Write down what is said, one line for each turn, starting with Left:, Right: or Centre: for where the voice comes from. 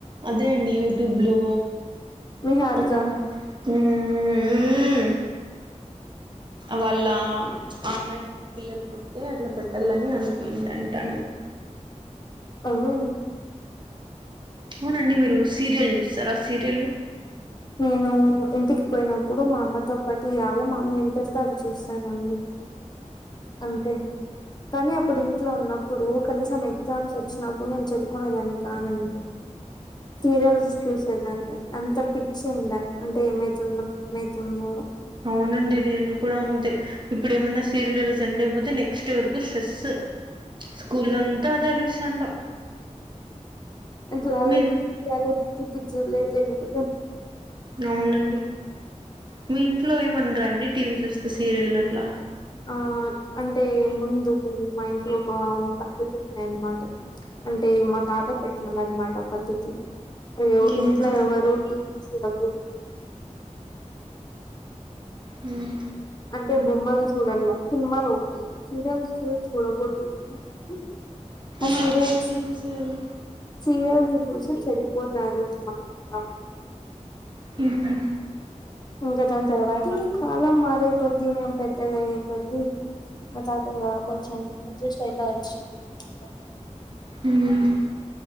Right: అదే అండి యూట్యూబ్ లో
Left: నిహారిక
Right: ఒక హు హు హూ వాళ్ళ అమ్మాయి పిల్లలు పుడితే అట్లా పెట్టాలని అనుకుంది అంటా
Left: అవునా
Right: అవునండి మీరు సీరియల్ చూస్తారా సీరియల్
Left: నేను ఇంటికి పోయినప్పుడు మా అమ్మతో పాట్ యావో మ అమ్మ ఏవీ పెడితే అవి చూస్తానండి అంతే కానీ అప్పుడు ఇంట్లో ఉన్నప్పుడు కనీసం ఎగ్జామ్స్ వచ్చి నాకు నేను చదువుకునేదాన్ని కాదండి సీరియల్స్ చూసేదాన్ని అంత పిచ్చి ఉండ అంటే ఏమైతుందో ఏమై తుందో
Right: అవునండి నేను కూడా అంతే ఇప్పుడు ఏమన్నా సీరియల్ ఈ రోజు సండేపోతే నెక్స్ట్డే వరకు స్ట్రెస్ స్కూల్లో అంతా అదే ఆలోసిస్తానే ఉంటా
Left: అట్లా ఆలోచించి
Right: మీ
Left: ఆలోచించి పిచ్చోళ్ళు అయిపోయినా కూడా
Right: అవునండి మీ ఇంట్లో ఏమండరా అండి టీవీ చూస్తే సీరియల్ అట్లా
Left: ఆ అంటే ముందు మా ఇంట్లో ఒక పద్ధతి ఉండే అన్నమాట అంటే మా తాత పెట్టిన్నడనమాట పద్ధతి అయ్యో
Right: ఏమండి
Left: ఇంట్లో ఎవరు టీవీ చూడకూడదు
Right: హ్మ్మ్
Left: అంటే బొమ్మలు చూడల్లా సినిమాలు ఓకే సీరియల్స్ చూడకూడదు ఎందుకంటే ఆ
Right: మరి
Left: సీరియల్స్
Right: మీరు ఎట్లా చూసేవాళ్ళు
Left: సీరియల్స్ చూసి చెడిపోతారు అని అంటా ఉన్నారు
Right: ఉహు
Left: ఇంకా దాని తర్వాత ఇ కాలం మారే కొద్ద్దీ మేం పెద్దగా అయ్యే కొద్దీ మా తాత ఇంకా కొంచెం అడ్జస్ట్ అయిత వచ్చినాడు ఇంకా
Right: హ్మ్మ్